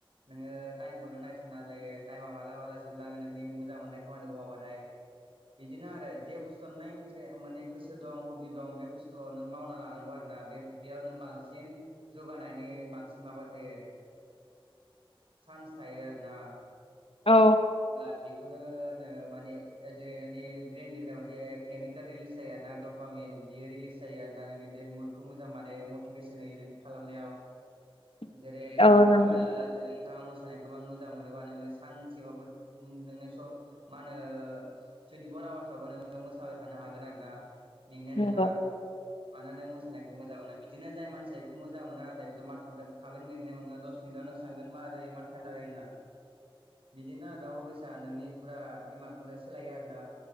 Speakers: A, on the right; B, on the left.
A: नोङो टाइमखौनो नायस'ना जायो टाइमा माला माला जोबलाङो नोंनि मोजां मोननायखौ खामानिखौ मावबाथाय बिदिनो आरो जे बुस्थुआ नाय माने गोसो दं हबि दं बे बुस्थुखौ नों मावना लानांगौ आरोख बे बेयाव नों बांसिन जौगानायनि बांसिन माबा थायो
B: <inaudible>
A: सान्स थायो आरो ना
B: औ
A: अब्ला बेखौनो माने जेरै नोंनि ब्रइेननिफ्राय मोनसे केमिकेल रिलिस जायााना टामिन बियो रिलिज जायो आरोना नोंनि बे मुदखौ मोजां मानायो मटिभेसन होयो खालामनायाव
B: <inaudible>
A: जेरै नोंथांफोर
B: औ नंगौ
A: माला नोंथाङा खौ मोजां मोनोबा नोङो सानसेबाबो नोंनो स मा होनो टुउइन्टिफर आवार्स बाबो नोङो मोसाबाय थानो हागोन आरो ना मेंनाया
B: नंगौ
A: नोङा मानोना मोसानायखौ मोजां मोनो बिदिनो जाय मानसि <unintelligible> खौ मोजां मोना आदा बेथ' मानथाम <unintelligible> थाबैनो मेंनाय मोनोना दस मिनिटआवनो सानगोन मा आरै एमान थाइम जाबाय होनना बिदिनो आरो दा हबिसा नोंनि फुरा दिमागखौनो सोलायो आरो ना